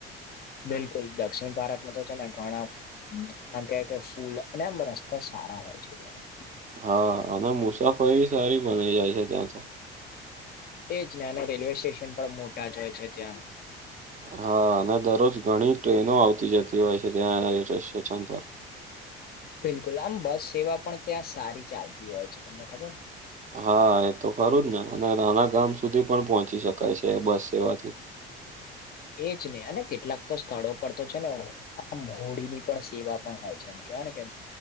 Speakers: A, on the left (about 30°); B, on the right (about 25°).
A: બિલકુલ દક્ષિણ ભારતમાં તો છે ને ઘણા આમ ક કે ફૂલ અને આમ રસ્તા સારા હોય છે ત્યાં.
B: હા અને મુસાફરી સારી બનાઈ જાય છે ત્યાં તો.
A: એજ ને અને રેલવે સ્ટેશન પણ મોટા જ હોય છે ત્યાં
B: હા અને દરરોજ ઘણી ટ્રેનો આવતી જતી હોય છે ત્યાં સ્ટેશન પર
A: બિલકુલ આમ બસ સેવા પણ ત્યાં સારી ચાલતી હોય છે તમને ખબર
B: હા એ તો ખરું જ ને અને નાના ગામ સુધી પણ પહોંચી શકાય છે બસ સેવાથી
A: એજ ને અને કેટલાક તો સ્થળો પર તો છે ને આમ મોડી ની પણ સેવા પણ હોય છે એમ કેવાય ને કે